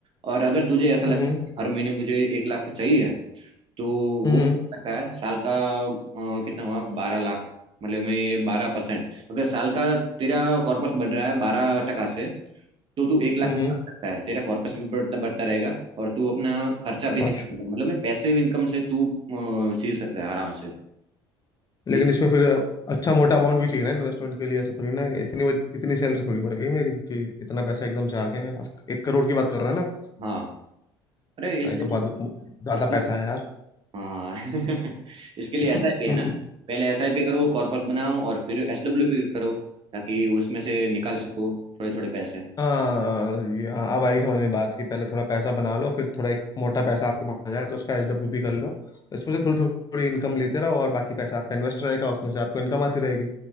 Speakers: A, on the right; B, on the left.
A: और अगर तुझे ऐसा लगता
B: हम्म हम्म
A: है कि हर महीने मुझे एक लाख चाहिए तो
B: हम्म
A: वो मिल सकता है साल का अ, कितना हुआ बारह लाख मतलब में बारह परसेंट अगर साल का तेरा कॉर्पस बढ़ रहा है बारह टका से तो तू एक लाख
B: हम्म,
A: निकाल सकता है तेरा कॉर्पस भी बढ़ता बढ़ता रहेगा और तू अपना खर्चा भी
B: हम्म,
A: निकाल मतलब में पैसिव इनकम से तू अ, जी सकता है आराम से
B: लेकिन
A: ये-
B: इसमें फिर अच्छा मोटा अमाउंट भी चाहिए ना इन्वेस्टमेंट के लिए ऐसा थोड़ी ना इतनी बड़ी- इतनी सैलरी थोड़ी बढ़ गई मेरी कि इतना पैसा एकदम से आ गया मेरे पास एक करोड़ की बात कर रहा है ना
A: हाँ अरे इसके
B: हाँ, ये तो
A: लिए
B: बहुत ज्यादा
A: इसके
B: पैसा
A: लिए
B: है यार
A: हाँ <laughs> इसके लिए
B: <laughs>
A: एसआईपी है ना पहले एसआईपी करो कॉर्पस बनाओ और फिर एसडब्ल्यूपी करो ताकि उसमें से निकाल सको थोड़े थोड़े पैसे
B: हाँ ये- हाँ, अब आई समझ में बात कि पहले थोड़ा पैसा बना लो फिर थोड़ा एक मोटा पैसा आपके पास आ जाए तो उसका एसडब्ल्यूपी कर लो तो इसमें से थोड़ी थोड़ी इनकम लेते रहो और बाकी पैसा आपका इन्वेस्ट रहेगा उसमें से आपको इनकम आती रहेगी